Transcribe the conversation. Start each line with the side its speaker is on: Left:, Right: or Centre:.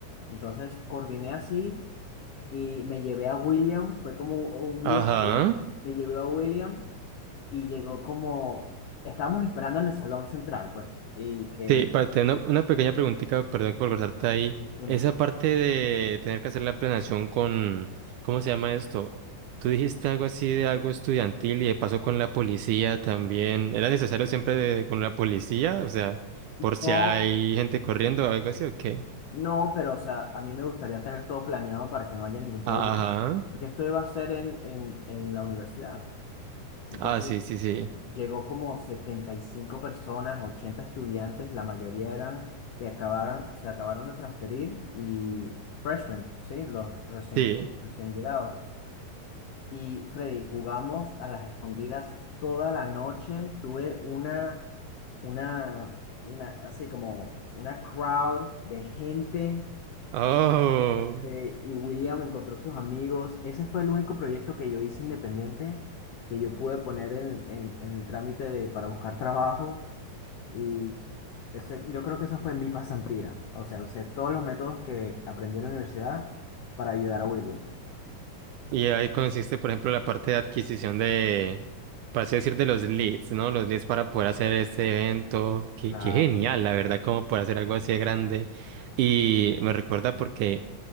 Left: Entonces coordiné así y me llevé a William, fue como un
Right: Ajá.
Left: miércoles, me llevé a William y llegó como, estábamos esperando en el salón central, pues, y que
Right: Sí,
Left: venga,
Right: para tener una, una pequeña preguntita, perdón por cortarte ahí.
Left: dime.
Right: Esa parte de tener que hacer la planeación con, ¿cómo se llama esto? Tú dijiste algo así de algo estudiantil y de paso con la policía también. ¿Era necesario siempre de- con la policía? O sea, por si
Left: No,
Right: hay gente corriendo o algo así o qué.
Left: No, pero o sea, a mí me gustaría tener todo planeado para que no haya ningún problema.
Right: Ah, Ajá.
Left: Porque esto iba a ser en, en, en la universidad. Entonces
Right: Ah, sí, sí, sí.
Left: llegó como 75 personas, 80 estudiantes, la mayoría eran que acabaron, se acabaron de transferir y freshmen, ¿sí? Los recién,
Right: Sí.
Left: recién llegados. Y Freddy, jugamos a las escondidas toda la noche. Tuve una, una, una, así como una crowd de gente
Right: Oh.
Left: Eh, y William encontró sus amigos. Ese fue el único proyecto que yo hice independiente, que yo pude poner en, en- en el trámite de, para buscar trabajo. Y ese- yo creo que esa fue mi pasantía. O sea, usé todos los métodos que aprendí en la universidad para ayudar a William.
Right: Y ahí consiste, por ejemplo, la parte de adquisición de, para así decir, de los leads, ¿no? Los leads para poder hacer este evento. Qué,
Left: Claro.
Right: qué genial, la verdad, como poder hacer algo así de grande. Y me recuerda porque,